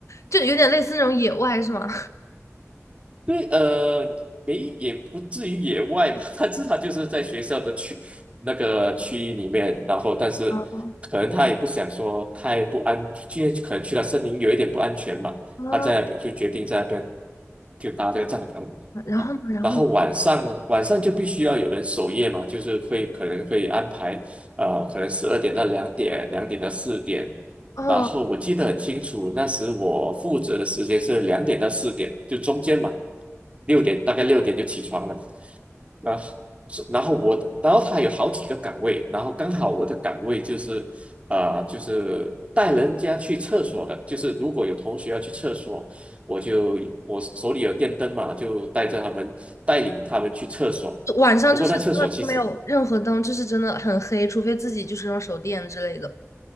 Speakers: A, on the left (about 80°); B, on the right (about 25°).
A: 就有点类似那种野外是吗？
B: 对，呃，没也不至于野外吧，<laughs> 但是他至少就是在学校的区那个区域里面，然后但是可能他也不想说太不安，
A: 哦
B: 去可能去了森林有一点不安全嘛，
A: 啊，
B: 他在那边就决定在那边就搭这个帐篷啊，
A: <laughs> 然后呢，然后呢
B: 然后晚上晚上就必须要有人守夜嘛，就是会可能会安排呃，可能十二点到两点，两点到四点，
A: 哦，
B: 然后我记得很清楚，那时我负责的时间是两点到四点，就中间嘛，六点大概六点就起床了。然后是然后我的，然后他有好几个岗位，然后刚好我的岗位就是，呃，就是带人家去厕所的，就是如果有同学要去厕所，我就我手里有电灯嘛，就带着他们带领他们去厕所。
A: 晚上就是真的就没有任何灯，
B: 不过那厕所其实
A: 就是真的很黑，除非自己就是用手电之类的。